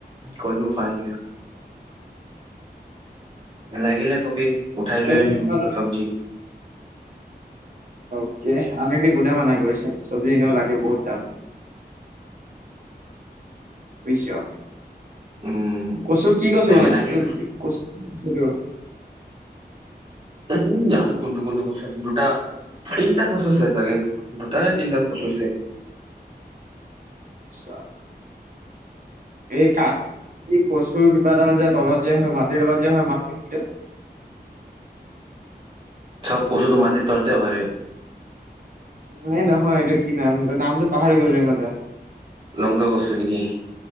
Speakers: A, on the right; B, on the right.
A: কৰিব পাৰি আৰু লাগিলে কবি উঠাই লৈ
B: এই
A: আনিম
B: তহঁতৰ
A: চব্জি
B: অকে, আনিবি কোনে মানা কৰিছে চব্জি এনেও লাগে, বহুত
A: উম
B: দাম বুজিছোঁ
A: উম
B: কচু কি কচু
A: বেঙেনা
B: বনাইছোঁ
A: কি
B: বিষ কচু কি কচু?
A: উম', জানো কোনটো কোনটো কচু দুটা তিনিটা কচু আছে চাগে দুটাৰে তিনটা কচু আছে
B: আচ্ছা', এই কাঠ কি কচুৰ কিবা এটা যে তলত যে হয় মাটিৰ তলত যে হয় মানকচুটো?
A: চব কচুটো মাটিৰ তলতে হয় ৰে
B: ন, নহয় এটো কি নাম নামটো পাহৰি গলোঁ ৰে এমাত্ৰৰ
A: লংকা কচু নেকি?